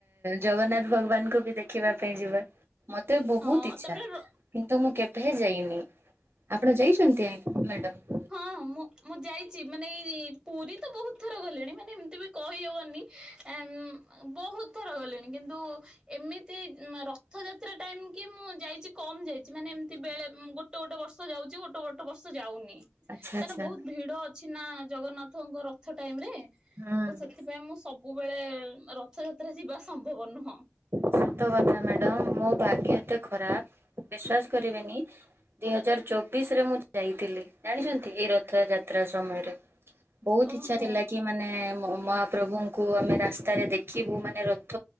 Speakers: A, on the right; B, on the right.
A: ଜଗନ୍ନାଥ ଭଗବାନଙ୍କୁ ବି ଦେଖିବା ପାଇଁ ଯିବା। ମତେ ବହୁତ୍
B: ହଁ
A: ଇଚ୍ଛା।
B: ତାପରେ ର
A: କିନ୍ତୁ ମୁଁ କେଭେ ଯାଇନି। ଆପଣ ଯାଇଛନ୍ତି ମ୍ୟାଡାମ୍?
B: ହଁ ମୁଁ ମୁଁ ଯାଇଚି। ମାନେ ଏଇ ପୁରୀ ତ ବହୁତ୍ ଥର ଗଲିଣି। ମାନେ ଏମିତି ବି କହି ହଉନି ଆମ୍ ବହୁତ୍ ଥର ଗଲିଣି। କିନ୍ତୁ ଏମିତି ରଥଯାତ୍ରା ଟାଇମ୍ କି ମୁଁ ଯାଇଚି କମ୍ ଯାଇଚି। ମାନେ ଏମିତି ବେଳେ ଗୋ ଗୋଟେ ଗୋଟେ ବର୍ଷ ଯାଉଚି ଗୋଟ ଗୋଟ୍ ଟ ବର୍ଷ ଯାଉନି। କାହିଁକନା
A: ଆଚ୍ଛା ଆଚ୍ଛା
B: ବହୁତ ଭିଡ ଅଛି ନା ଜଗନ୍ନାଥଙ୍କ ରଥ ଟାଇମ୍ ରେ।
A: ହୁଁ।
B: ତ ସେଥିପାଇଁ ମୁଁ ସବୁବେଳେ ରଥଯାତ୍ରା ଯିବା ସମ୍ଭବ ନୁହଁ।
A: ସତ କଥା ମ୍ୟାଡାମ୍ ମୋ ଭାଗ୍ୟ ଏତେ ଖରାପ୍ ବିଶ୍ଵାସ କରିବେନି ଦି ହଜାର ଚବିଶ ରେ ମୁଁ ଯାଇଥିଲି ଜାଣିଛନ୍ତି ଏଇ ରଥଯାତ୍ରା ସମୟରେ। ବହୁତ
B: ଓହୋ
A: ଇଚ୍ଛା ଥିଲା କି ମାନେ ମ ମହାପ୍ରଭୁଙ୍କୁ ଆମେ ରାସ୍ତାରେ ଦେଖିବୁ ମାନେ ରଥ